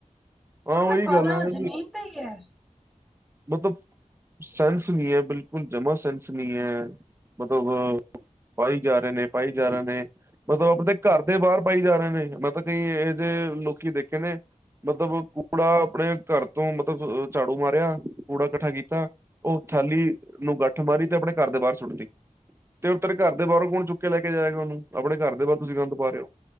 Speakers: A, on the right; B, in the centre.
A: ਹਾਂ
B: ਪਰ ਓਨੇ
A: ਉਹੀ
B: ਪਾਣਾ
A: ਗੱਲ ਹੈ
B: ਜ਼ਮੀਨ ਤੇ ਈ ਐ।
A: ਮਤਲਬ, ਸੈਂਸ ਨੀ ਐ ਬਿਲਕੁਲ ਜਮਾਂ ਸੈਂਸ ਨੀ ਐ। ਮਤਲਬ, ਪਾਈ ਜਾ ਰੇ ਨੇ ਪਾਈ ਜਾ ਰੇ ਨੇ। ਮਤਲਬ ਆਪਦੇ ਘਰ ਦੇ ਬਾਰ ਪਾਈ ਜਾ ਰੇ ਨੇ ਮੈਂ ਤਾਂ ਕਈ ਏਹੇ ਜੇ ਲੋਕੀ ਦੇਖੇ ਨੇ। ਮਤਲਬ ਕੂੜਾ ਆਪਣੇ ਘਰ ਤੋਂ ਮਤਲਬ ਅ ਝਾੜੂ ਮਾਰਿਆ। ਕੂੜਾ ਕੱਠਾ ਕੀਤਾ, ਓ ਥੈਲੀ ਨੂੰ ਗੱਠ ਮਾਰੀ ਤੇ ਆਪਣੇ ਘਰ ਦੇ ਬਾਰ ਸੁੱਟਤੀ। ਤੇ ਤਓਦਰ ਘਰ ਦੇ ਬਾਰੋ ਕੌਣ ਚੁੱਕ ਕੇ ਲੈ ਕੇ ਜਾਏਗਾ ਓਨੂੰ ਆਪਣੇ ਘਰ ਦੇ ਬਾਰ ਤੁਸੀਂ ਗੰਦ ਪਾ ਰੇ ਓ।